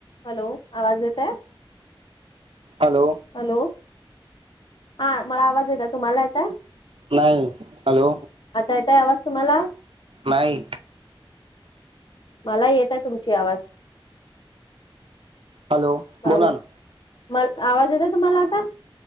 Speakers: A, on the left; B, on the right.
A: Hello आवाज येत आहे
B: हॅलो
A: हॅलो हा मला आवाज येत तुम्हाला येत आहे
B: नाही हॅलो
A: येतय आवाज तुम्हाला
B: नाही
A: मला येत आहे तुमची आवाज
B: हॅलो
A: हॅलो
B: बोला ना
A: म आवाज येत आहे तुम्हाला आता